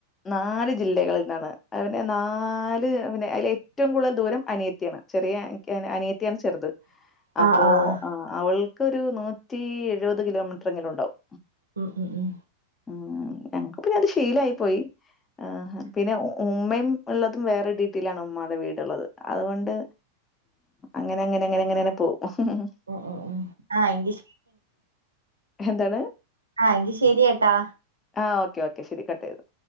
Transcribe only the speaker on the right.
<inaudible>
ആഹ്
ഉം ഉം ഉം
ഉം ഉ ഉം ആ എങ്കി
ആ എങ്കി ശരി കേട്ടാ